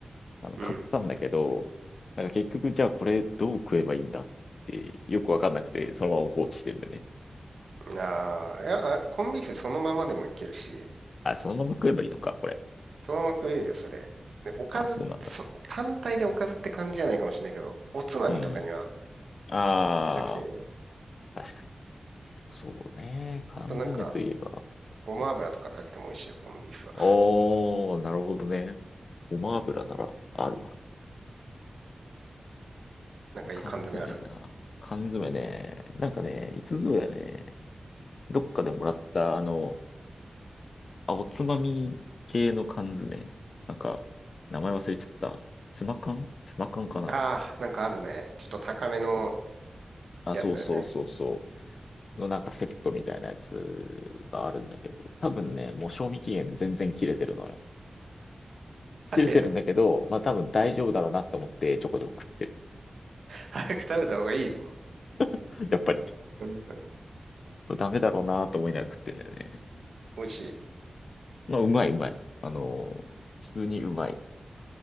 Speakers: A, on the left; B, on the right.
A: あの、
B: うん。
A: 買ったんだけど、なんか結局、じゃあこれどう食えばいいんだって、よくわかんなくて、そのまま放置してるんだよね。
B: ああ、いや、あコンビーフそのままでもいけるし、
A: あ、そのまま食えばいいのか、これ。
B: そのまま食えるよ、それ。で、おかず、
A: あ、そうなんだ。
B: そ、単体でおかずって感じじゃないかもしれないけど、おつまみとかには
A: うん。あ
B: めちゃくちゃいいね。
A: あ、確かに。そうね。缶詰といえば。
B: あとなんか、ごま油とかかけても美味しいよ、
A: そ
B: コンビーフは。
A: おー、なるほどね。ごま油ならあるわ。
B: なんかいい缶詰ある
A: 缶詰な。缶詰ね。なんかね、いつぞやね、どっかでもらった、あの、あ、おつまみ系の缶詰。なんか、名前忘れちゃった。ツマ缶ツマ缶かな
B: ああー、なんかあるね。ちょっと高めの
A: そうあ、
B: やつだよね。
A: そうそうそうそう。のなんかセットみたいなやつがあるんだけど、多分ね、もう賞味期限全然切れてるのよ。
B: <laughs>
A: 切れてるんだけど、
B: いや、
A: まあ多分大丈夫だろうなと思ってちょこちょこ食ってる。
B: 早く食べた方がいいよ。
A: <laughs> やっぱり。
B: うん
A: ダメだろうなと思いながら食ってんだよね。
B: 美味しい。
A: まあうまいうまい。あの普通にうまい。